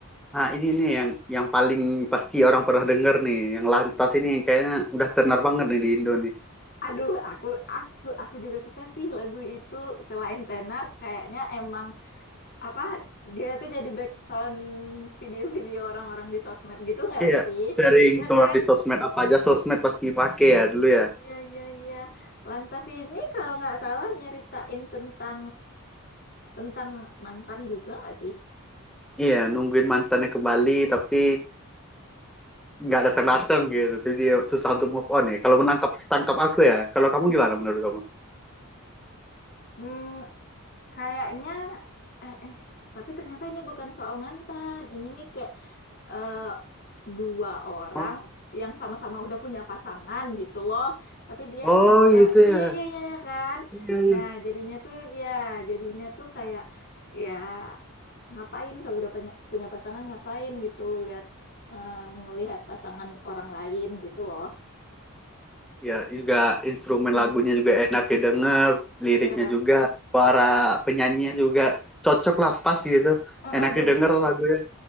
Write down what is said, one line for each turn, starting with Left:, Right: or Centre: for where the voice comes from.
Centre: Nah, ini nih yang yang paling pasti orang pernah dengar nih, yang lantas ini yang kayaknya udah tenar banget nih di Indo nih.
Left: Aduh, aku aku aku juga suka sih lagu itu selain tenar kayaknya emang apa dia tuh jadi background video-video orang-orang di sosmed gitu nggak
Centre: Iya,
Left: sih?
Centre: sering
Left: Ya
Centre: keluar
Left: kan?
Centre: di sosmed apa aja sosmed pasti pakai ya dulu ya.
Left: Iya, iya, iya. Lantas ini kalau nggak salah nyeritain tentang tentang mantan juga nggak sih?
Centre: Iya, nungguin mantannya ke Bali tapi nggak datang-datang gitu. Jadi dia susah untuk move on ya. Kalau menangkap tangkap aku ya. Kalau kamu gimana menurut kamu?
Left: Hmm, Kayaknya eh, eh tapi ternyata ini bukan soal mantan. Ini nih kayak eh, dua orang
Centre: Oh,
Left: yang sama-sama udah punya pasangan gitu loh. Tapi dia
Centre: oh
Left: sama-sama
Centre: gitu
Left: iya
Centre: ya.
Left: iya iya ya kan.
Centre: Iya, iya.
Left: Nah, jadinya tuh ya jadinya tuh kayak ya ngapain kalau udah punya punya pasangan ngapain gitu lihat eh, ngelihat pasangan orang lain gitu loh.
Centre: Ya, juga instrumen
Left: Mm-mm.
Centre: lagunya juga enak didengar,
Left: Iya.
Centre: liriknya juga, suara penyanyinya juga cocok lah pas gitu.
Left: Heeh,
Centre: Enak
Left: jad-
Centre: didengar lagunya.